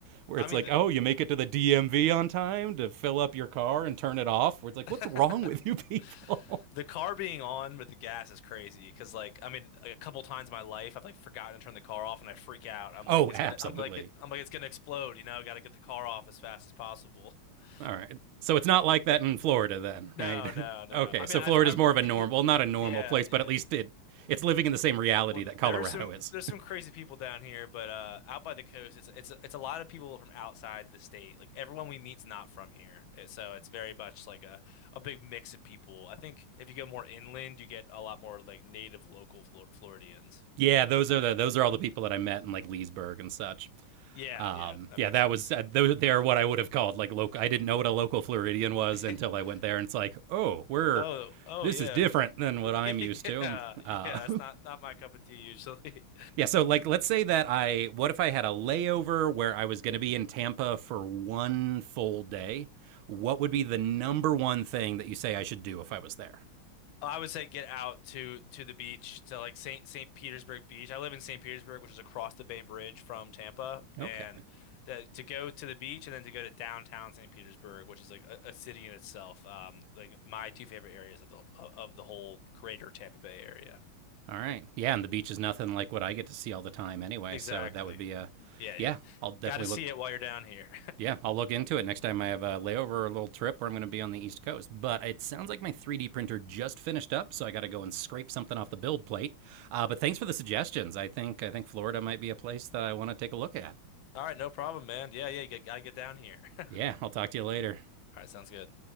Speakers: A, on the right (about 80°); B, on the left (about 75°).
A: where
B: I
A: it's
B: mean
A: like,
B: the,
A: "Oh, you make it to the DMV on time to fill up your car and turn it off." Where it's like,
B: the
A: "What's wrong with you
B: <laughs>
A: people?"
B: The car being on with the gas is crazy because, like, I mean, like, a couple times in my life, I've like forgotten to turn the car off and I freak out. I'm
A: <laughs> oh,
B: like, it's
A: absolutely.
B: gonna, I'm like, it, I'm like, it's gonna explode. You know, got to get the car off as fast as possible. <laughs>
A: All right. So it's not like that in Florida, then,
B: No,
A: right?
B: no,
A: <laughs>
B: no.
A: okay,
B: I
A: so
B: mean, I've,
A: Florida's
B: I've
A: more of a
B: <laughs>
A: normal, well, not a normal
B: yeah,
A: place,
B: yeah.
A: but at least it it's living in the same reality
B: Well,
A: that Colorado
B: there's some
A: is.
B: there's some crazy people down here, but uh, out by the coast, it's it's it's a lot of people from outside the state. Like everyone we meet's not from here, Uh, so it's very much like a a big mix of people. I think if you go more inland, you get a lot more like native local Flor Floridians.
A: Yeah, those are the those are all the people that I met in like Leesburg and such.
B: Yeah,
A: Um,
B: yeah, that
A: yeah,
B: makes
A: that
B: sense.
A: was uh, those, they are what I would have called like local. I didn't know what a local Floridian was
B: <laughs>
A: until I went there, and it's like, oh, we're
B: Oh, oh
A: this
B: yeah.
A: is different
B: <laughs>
A: than what I'm
B: Yeah,
A: used to.
B: yeah,
A: Uh,
B: it's not not my cup of tea usually.
A: <laughs> yeah, so like let's say that I what if I had a layover where I was going to be in Tampa for one full day? What would be the number one thing that you say I should do if I was there?
B: <laughs> I would say get out to to the beach to like Saint Saint Petersburg Beach. I live in Saint Petersburg, which is across the Bay Bridge from Tampa,
A: Okay.
B: and the, to go to the beach and then to go to downtown Saint Petersburg, which is like a, a city in itself. Um, like my two favorite areas of the of of the whole greater Tampa Bay area.
A: All right. Yeah, and the beach is nothing like what I get to see all the time anyway.
B: Exactly.
A: So that would be a,
B: Yeah,
A: yeah,
B: you
A: I'll definitely
B: got to see
A: look.
B: it while you're down here.
A: Yeah, I'll look into it next time I have a layover or a little trip where I'm going to be on the East Coast. But it sounds like my 3D printer just finished up, so I got to go and scrape something off the build plate. Uh, but thanks for the suggestions. I think I think Florida might be a place that I want to take a look at.
B: All right, no problem, man. Yeah, yeah, you got, gotta get down here. <laughs> All
A: Yeah, I'll talk to you later.
B: right, sounds good.